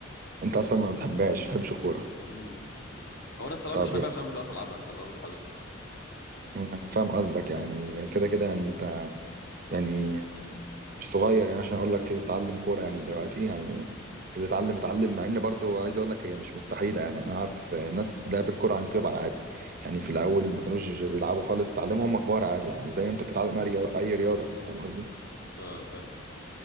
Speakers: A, on the right; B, on the left.
A: انت اصلا ما بتحبهاش ما بتحبش الكورة
B: امم او انا الصراحة
A: طب
B: مش حاببها
A: يعني
B: عشان انا مش عارف العبها فاللي هو مش حاببها
A: انا فاهم قصدك يعني كده كده يعني انت يعني مش صغير يعني عشان اقول لك كده اتعلم كوره يعني دلوقتي يعني اللي اتعلم اتعلم مع ان برضه عايز اقول لك هي مش مستحيله يعني انا عارف ناس لعبت كوره عن كبر عادي يعني في الاول ما كانوش بيلعبوا خالص اتعلموا هم كبار عادي يعني زي انت بتتعلم اي رياضه أي رياضة، فاهم قصدي
B: اه فاهم